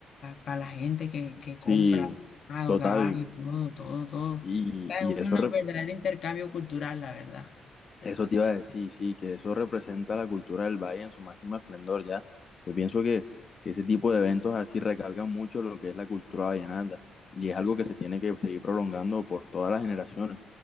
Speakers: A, on the left (about 55°); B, on the left (about 40°).
A: para la gente que, que compra
B: Sí,
A: ganado,
B: total.
A: caballo, todo, todo, todo.
B: Y,
A: Es
B: y
A: un
B: eso, rep-
A: verdadero intercambio cultural, la verdad.
B: eso te iba a decir, sí, que eso representa la cultura del valle en su máximo esplendor, ¿ya? Yo pienso que, que ese tipo de eventos así recalcan mucho lo que es la cultura vallenata y es algo que se tiene que seguir prolongando por todas las generaciones,